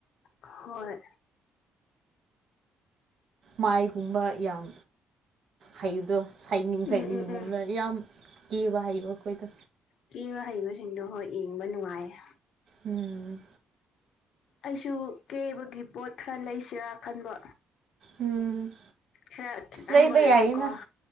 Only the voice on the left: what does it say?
ꯍꯣꯏ
ꯎꯝ
ꯎꯝ ꯎꯝ
ꯀꯦꯕ ꯍꯩꯕꯁꯤꯡꯗꯣ ꯍꯣꯏ ꯌꯦꯡꯕ ꯅꯨꯡꯉꯥꯏꯌꯦ
ꯑꯩꯁꯨ ꯀꯦꯕꯒꯤ ꯄꯣꯠ ꯈꯔ ꯂꯩꯁꯤꯔꯥ ꯈꯟꯕ
ꯈꯔ ꯈꯤꯇꯪ
ꯑꯣꯏꯔꯁꯨꯀꯣ